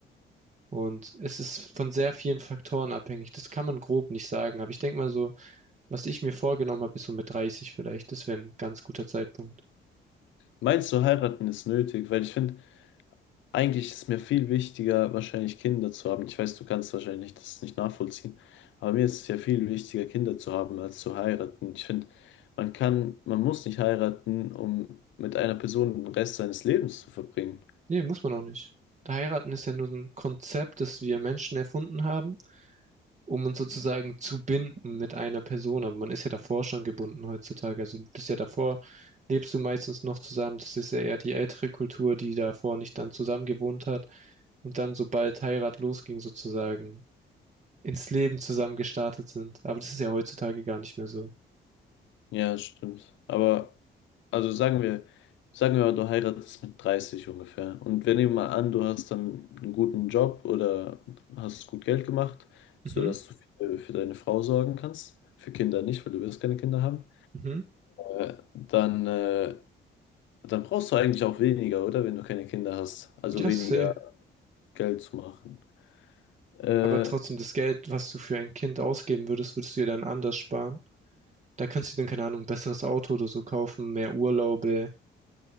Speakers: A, on the right; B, on the left.
A: Und es ist von sehr vielen Faktoren abhängig. Das kann man grob nicht sagen, aber ich denke mal so, was ich mir vorgenommen habe, ist so mit 30 vielleicht. Das wäre ein ganz guter Zeitpunkt.
B: Meinst du, heiraten ist nötig? Weil ich finde, eigentlich ist mir viel wichtiger, wahrscheinlich Kinder zu haben. Ich weiß, du kannst wahrscheinlich das nicht nachvollziehen, aber mir ist es ja viel wichtiger, Kinder zu haben, als zu heiraten. Ich finde, man kann, man muss nicht heiraten, um mit einer Person den Rest seines Lebens zu verbringen.
A: Nee, muss man auch nicht. Heiraten ist ja nur so ein Konzept, das wir Menschen erfunden haben, um uns sozusagen zu binden mit einer Person. Aber man ist ja davor schon gebunden heutzutage. Also du bist ja davor, lebst du meistens noch zusammen. Das ist ja eher die ältere Kultur, die davor nicht dann zusammen gewohnt hat und dann, sobald Heirat losging, sozusagen ins Leben zusammen gestartet sind. Aber das ist ja heutzutage gar nicht mehr so.
B: Ja, das stimmt. Aber, also sagen wir, sagen wir mal, du heiratest mit 30 ungefähr. Und wir nehmen mal an, du hast dann einen guten Job oder hast gut Geld gemacht,
A: Mhm,
B: sodass du für, für deine Frau sorgen kannst. Für Kinder nicht, weil du wirst keine Kinder haben.
A: mhm.
B: Äh, dann, äh, dann brauchst du eigentlich auch weniger, oder? Wenn du keine Kinder hast. Also
A: Ja,
B: weniger
A: safe.
B: Geld zu machen. Äh,
A: Aber trotzdem, das Geld, was du für ein Kind ausgeben würdest, würdest du dir dann anders sparen. Da kannst du dir dann, keine Ahnung, ein besseres Auto oder so kaufen, mehr Urlaube.